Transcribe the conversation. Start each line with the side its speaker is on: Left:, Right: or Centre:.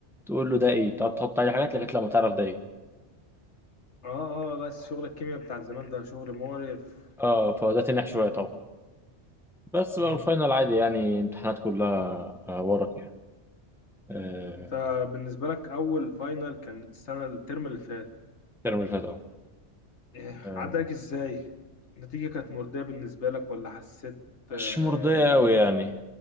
Centre: تقول له ده ايه تقعد تحط عليه حاجات لغايه لما تعرف ده ايه
Left: اه آه، بس شغل الكيمياء بتاع زمان ده شغل مقرف
Centre: اه فهو ده تنح شويه طبعا بس
Left: مم.
Centre: بقى الفاينل عادي يعني امتحانات كلها آه، ورق يعني آه،
Left: انت بالنسبة لك اول فاينل كان السنة الترم اللي فات
Centre: الترم اللي فات اهو
Left: إيه
Centre: آه،
Left: عدى لك ازاي النتيجة كانت مرضية بالنسبة لك ولا حسيت آه
Centre: مش مرضية
Left: ان
Centre: أوي
Left: انت
Centre: يعني
Left: اتظلمت